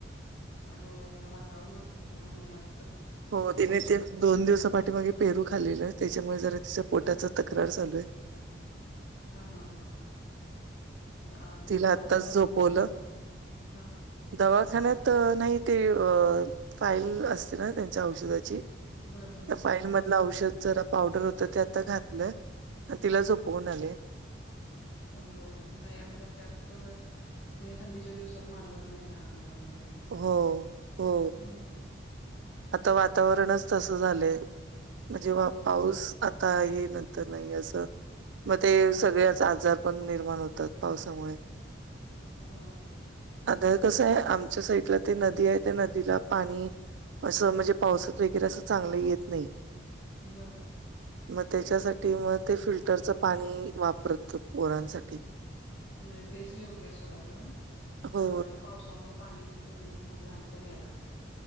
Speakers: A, on the left (about 65°); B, on the right (about 70°).
A: हो ह्या वातावरणातच लहान मुलांची तर
B: हो तिने
A: बिघडते
B: ते
A: सोडा
B: दोन दिवसा पाठी मागे पेरू खालेलं आहे त्याच्यामुळे जरा तिच्या पोटाच तक्रार चालू आहे.
A: हा हा हा हा आ
B: तिला
A: दवाखाण्यात
B: आत्ताच
A: दाखवल
B: झोपवलं
A: का नाहीसा? हा.
B: दवाखान्यात नाही ते फाईल असते ना त्यांच्या औषधाची त्या
A: बरं बरं बर
B: फाईल
A: हां
B: मधलं औषध जरा पावडर होत ते आता घातलं आणि तिला झोपवून आले.
A: होय नाही आणि ह्या त्यात ते ह्या थंडीच्या दिवसात मानवत नाही लहान मुलांना. काही असं
B: हो हो
A: हम्.
B: आता वातावरणच तसं झालंय म्हणजे
A: होय
B: पाऊस आता येईल नंतर येईल आस. मग ते सगळ्याच आजार पण निर्माण होतात पावसामुळे.
A: ह.
B: आता कसं आहे आमच्या साईडला ते नदी आहे त्या नदीला पाणी असं म्हणजे पावसात वगैरे असं चांगलं येत नाही.
A: म.
B: मग त्याच्यासाठी मग ते फिल्टरचं पाणी वापरत पोरांसाठी.
A: नाही तेच योग्य आहे सोडा खरा
B: हो
A: कारण आता पाऊस त्यामुळे पाणी खूप घाण पण याय लागलय.